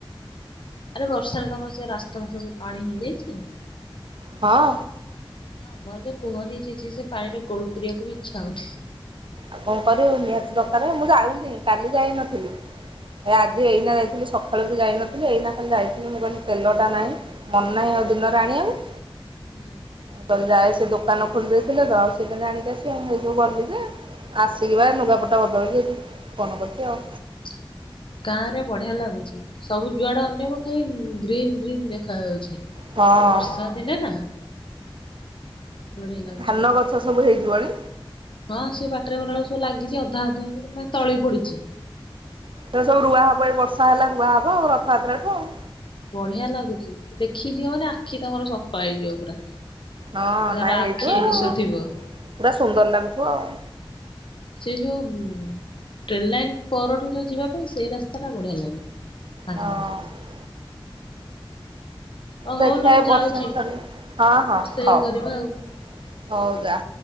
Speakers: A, on the left; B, on the right.
A: ଆରେ ବର୍ଷାରେ ତମ ସେ ରାସ୍ତା ଫସ୍ତା ସବୁ ପାଣି ହେଇଯାଇଚି?
B: ହଁ।
A: ନା ଆମର ଯେ କୁହନି ଛି-ଛି ସେ ପାଣିରେ ଗୋଡ ପୁରେଇବାକୁ ବି ଇଚ୍ଛା ହଉନି।
B: ଆଉ କଣ କରିବୁ ନିହାତି ଦକାରେ ମୁଁ ଯାଉନି କାଲି ଯାଇନଥିଲି। ଏ ଆଜି ଏଇନା ଯାଇଥିଲି ସକାଳୁ ବି ଯାଇନ ଥିଲି ଏଇନା ଖାଲି ଯାଇଥିଲି ମୁଁ କହିଲି ତେଲଟା ନାହିଁ ମନ ନାହିଁ ଆଉ ଦିନରେ ଆଣିବାକୁ।
A: ହୁଁ।
B: ମୁଁ କହିଲି ଯାଏ ସେ ଦୋକାନ ଖୋଲି ଦେଇଥିଲେ ତ ଆଉ ସେ କେନ୍ତି ଆଣିକି ଆସିବେ, ସେଇ ଯୋଗୁ ଗଲି ଯେ।
A: <unintelligible>
B: ଆସିକି ବା ଲୁଗାପଟା ବଦଳିକି ଏଠି ଫୋନ କରିଛି ଆଉ
A: ଗାଁ ରେ ବଢିଆ ଲାଗୁଚି ସବୁ ଯୁଆଡେ ଅନେଇବ ଖାଲି ଗ୍ରୀନ୍-ଗ୍ରୀନ୍ ଦେଖାଯାଉଛି।
B: ହଁ
A: ବର୍ଷାଦିନେ ନା ବଢିଆ ଲାଗୁଛି।
B: ଧାନ ଗଛ ସବୁ ହେଇଯିବଣି
A: ହଁ ସେ ବାଟରେ ଗଲା ବେଳକୁ ସବୁ ଲାଗିଚି ଅଧା ଅଧା ମାନେ ତଳି ପଡିଚି।
B: ସେ ସବୁ ରୁଆ ହବ ଏଇ ବର୍ଷା ହେଲା ରୁଆ ହବ ଆଉ ରଥଯାତ୍ରାଠୁ ଆଉ।
A: ବଢିଆ ଲାଗୁଚି ଦେଖିଯିବ ମାନେ ଆଖି ତମର ସଫା ହେଇଯିବ ପୁରା।
B: ହଁ
A: ଯାହାର
B: ନାଇଁ ହେଇଥିବ
A: ଆଖି
B: ଆଉ,
A: ଦୋଷ ଥିବ
B: ପୁରା ସୁନ୍ଦର୍ ଲାଗୁଥିବ ଆଉ।
A: ସେଇ ଯୋଉ ହୁଁ। ଟ୍ରେନ୍ ଲାଇନ୍ ପରଠୁ ଯୋଉ ଯିବା ପାଇଁ ସେଇ ରାସ୍ତାଟା ବଢ଼ିଆ ଲାଗେ। ଫାଙ୍କା-ଫାଙ୍କା
B: ହଁ
A: ରାସ୍ତା। ଓ
B: ଦେଖିଆ
A: ହଉ ଲୋ
B: ଏ
A: ମୁଁ ଯାଉଛି
B: ବର୍ଷା ଛାଡ଼ିଲେ,
A: କଣ
B: ହଁ-ହଁ
A: ରୋଷେଇ
B: ହଉ-ହଉ
A: କରିବା ଆଉ।
B: ଯା।